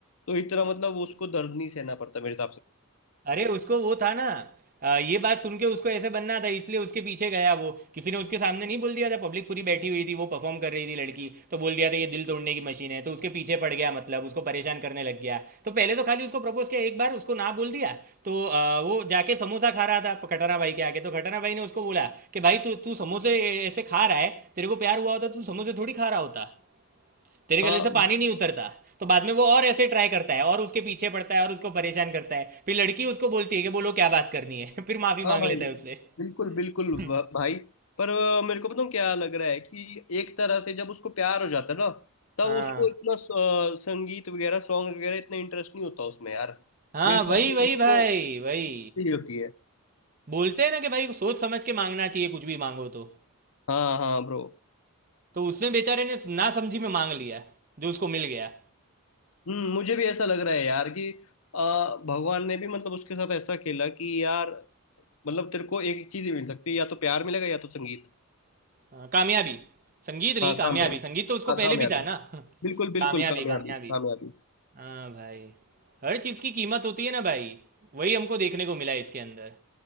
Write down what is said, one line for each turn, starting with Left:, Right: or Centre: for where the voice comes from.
Left: तो इतना मतलब उसको दर्द नहीं सहना पड़ता मेरे हिसाब से
Right: अरे उसको वो था ना अ, ये बात सुन के उसको ऐसे बनना था इसलिए उसके पीछे गया वो किसी ने उसके सामने नहीं बोल दिया था पब्लिक पूरी बैठी हुई थी वो परफॉर्म कर रही थी लड़की तो बोल दिया था ये दिल तोड़ने की मशीन है तो उसके पीछे पड़ गया मतलब उसको परेशान करने लग गया तो पहले तो खाली उसको प्रपोज किया एक बार उसको ना बोल दिया तो अ, वो जाके समोसा खा रहा था खटाना भाई के आगे तो खटाना भाई ने उसको बोला कि भाई तू तू समोसे ऐसे खा रहा है तेरे को प्यार हुआ होता तो तू समोसे थोड़ी खा रहा होता तेरे गले
Left: हाँ
Right: से पानी नहीं उतरता तो बाद में वो और ऐसे ट्राई करता है और उसके पीछे पड़ता है और उसको परेशान करता है फिर लड़की उसको बोलती है कि बोलो क्या बात करनी है <laughs> फिर माफी
Left: हाँ
Right: मांग
Left: भाई
Right: लेता है उससे
Left: बिल्कुल बिल्कुल
Right: <laughs>
Left: भ- भाई पर अ, मेरे को पता क्या लग रहा है कि एक तरह से जब उसको प्यार हो जाता है ना तब
Right: हाँ
Left: उसको इतना स- अ, संगीत वगैरह सॉन्ग वगैरह इतना इंटरेस्ट नहीं होता उसमें यार
Right: हाँ
Left: मेरे हिसाब
Right: वही
Left: से
Right: वही
Left: उसको
Right: भाई वही
Left: फील होती है
Right: बोलते हैं ना कि भाई सोच समझ के मांगना चाहिए कुछ भी मांगो तो
Left: हाँ हाँ ब्रो
Right: तो उसने बेचारे ने ना समझी में मांग लिया जो उसको मिल गया
Left: हम्म मुझे भी ऐसा लग रहा है यार कि अ, भगवान ने भी मतलब उसके साथ ऐसा खेला कि यार मतलब तेरे को एक ही चीज ही मिल सकती है या तो प्यार मिलेगा या तो संगीत
Right: हाँ, कामयाबी संगीत नहीं
Left: हाँ
Right: कामयाबी
Left: कामयाबी
Right: संगीत तो उसको
Left: हाँ
Right: पहले
Left: कामयाबी
Right: भी था ना <laughs>
Left: बिल्कुल
Right: कामयाबी
Left: बिल्कुल कामयाबी
Right: कामयाबी
Left: कामयाबी
Right: हाँ भाई हर चीज़ की कीमत होती है ना भाई वही हमको देखने को मिला इसके अंदर